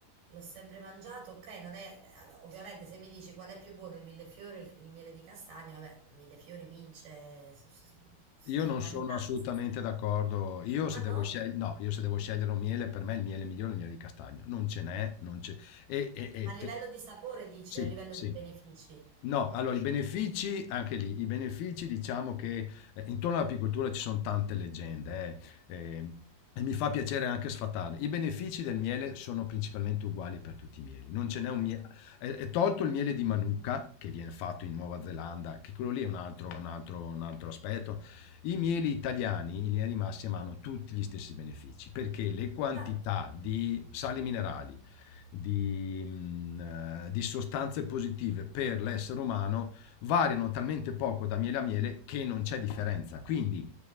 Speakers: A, on the right; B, on the left.
A: l'ho sempre mangiato, ok, non è, allora, ovviamente se mi dici qual è più buono il millefiori o il, il miele di castagno, vabbè, il millefiori vince s- s- s-
B: Io
A: a
B: non
A: mani
B: sono
A: basse.
B: assolutamente d'accordo. Io se
A: Ah no?
B: devo scegliere, no, io se devo scegliere un miele, per me il miele migliore è il miele di castagno. Non ce n'è, non c'è. E, e- e
A: Ma a livello
B: te-
A: di sapore dici
B: Sì,
A: o a livello
B: sì.
A: di benefici?
B: No, allora i benefici, anche lì, i benefici diciamo che eh, intorno all'apicoltura ci sono tante leggende eh, eh, e mi fa piacere anche sfatarle. I benefici del miele sono principalmente uguali per tutti i mieli. Non ce n'è un miele, è, è tolto il miele di Manuka che viene fatto in Nuova Zelanda, che quello lì è un altro, un altro, un altro aspetto. I mieli italiani in linea di massima hanno tutti gli stessi benefici perché le quantità
A: Ah,
B: di sali minerali di, mh, eh, di sostanze positive per l'essere umano variano talmente poco da miele a miele che non c'è differenza. Quindi